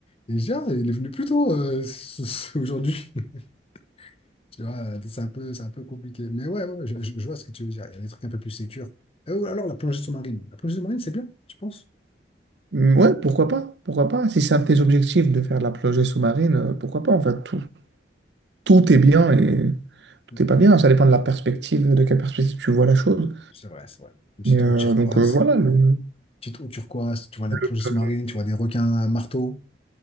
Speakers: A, on the left (about 35°); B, on the right (about 75°).
A: Et il dit ah, il est venu plus tôt euh, <laughs> ce- ce- aujourd'hui. <laughs> Tu vois, c'est un peu, c'est un peu compliqué. Mais ouais, ouais, ouais, je, je- je vois ce que tu veux dire. Il y a des trucs un peu plus sécures. Euh, ou alors, la plongée sous-marine. La plongée sous-marine, c'est bien, tu penses?
B: Hum, Ouais, pourquoi pas? Pourquoi pas? Si c'est un de tes objectifs de faire de la plongée sous-marine, euh, pourquoi pas? En fait, tout, tout est bien et. tout
A: Oui.
B: est pas bien. Ça dépend de la perspective, de quelle perspective tu vois la chose.
A: C'est vrai, c'est vrai. Une petite
B: Mais euh,
A: eau turquoise.
B: donc euh, voilà, le-
A: Petite eau turquoise. Tu vois la plongée
B: euh,
A: sous-marine, tu vois des requins à marteau.